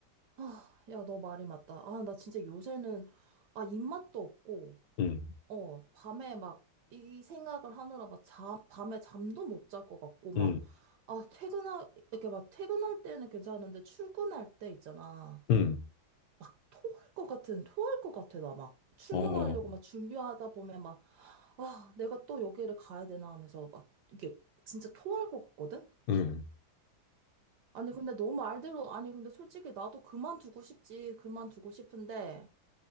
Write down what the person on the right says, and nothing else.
아, 야, 너 말이 맞다. 아, 나 진짜 요새는, 아, 입맛도 없고,
어, 밤에 막 이 생각을 하느라 막 잠, 밤에 잠도 못 잘 것 같고 막,
아, 퇴근하, 이렇게 막 퇴근할 때는 괜찮은데 출근할 때 있잖아.
막 토할 것 같은, 토할 것 같아, 나 막. 출근하려고
막 준비하다 보면 막, 아, 내가 또 여기를 가야 되나 하면서 막 이게 진짜 토할 것 같거든?
아니, 근데 너 말대로, 아니, 근데 솔직히 나도 그만두고 싶지, 그만두고 싶은데.